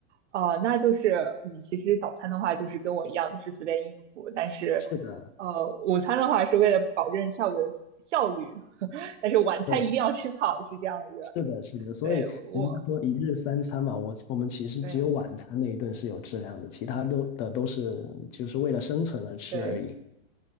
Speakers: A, on the right (about 80°); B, on the left (about 20°).
A: 呃，那就是你其实早餐的话，就是跟我一样，就是随便应付，但是，
B: 是的，
A: 呃，午餐的话是为了保证下午的效率，<laughs> 但是晚餐一定要吃好，
B: 对，
A: 是这样一个。
B: 是的，是的，所以人家说一日三餐嘛，
A: 对，我，
B: 我我们其实只有晚餐那一顿是有质量的，
A: 对，
B: 其他都的都是就是为了生存而吃而已。
A: 对。